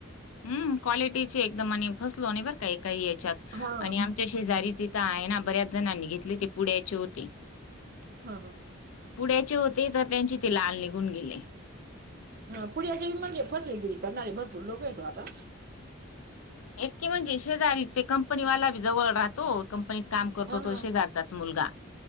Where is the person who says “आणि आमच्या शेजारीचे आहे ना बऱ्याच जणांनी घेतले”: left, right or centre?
Left